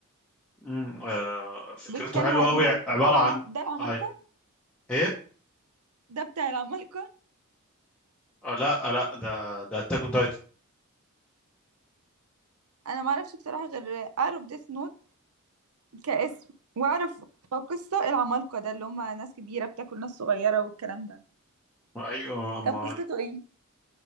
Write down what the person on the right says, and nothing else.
بيتكلم
عن ايه
ده
ده العم...
ده العمالقه
ده بتاع العمالقه
انا ما اعرفش بصراحه غير اعرف ديث نوت كاسم واعرف قصة العمالقة ده اللي هما ناس كبيرة بتاكل ناس صغيرة والكلام ده
طب قصته ايه